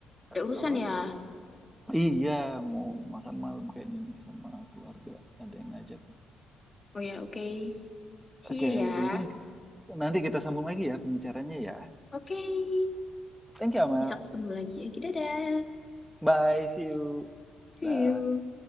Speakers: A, on the left; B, in the centre.
A: ada urusan
B: apa?
A: ya
B: Iya, mau makan malam kayaknya nih sama keluarga. Ada yang ngajak.
A: oh ya oke Okay. see
B: Oke,
A: you ya
B: mungkin nanti kita sambung lagi ya pembicaranya ya.
A: oke Okay.
B: Thank you, Amal.
A: bisa ketemu lagi ya dadah
B: Bye, see you.
A: see
B: Dah.
A: you